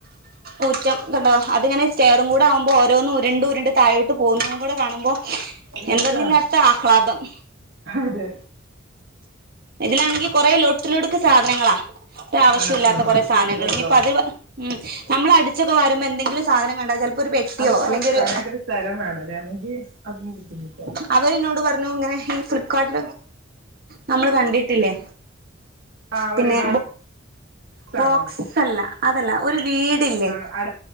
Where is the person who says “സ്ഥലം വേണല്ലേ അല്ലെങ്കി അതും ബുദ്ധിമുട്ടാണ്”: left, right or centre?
Right